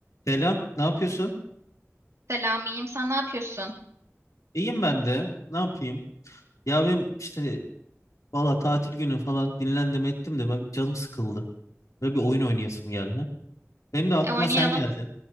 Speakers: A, on the left; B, on the right.
A: Selam, ne yapıyorsun?
B: Selam, iyiyim. Sen ne yapıyorsun?
A: İyiyim ben de. Ne yapayım? Ya benim işte valla tatil günü falan dinlendim ettim de ben canım sıkıldı. Böyle bir oyun oynayasım geldi. Benim de aklıma
B: E oynayalım.
A: sen geldi.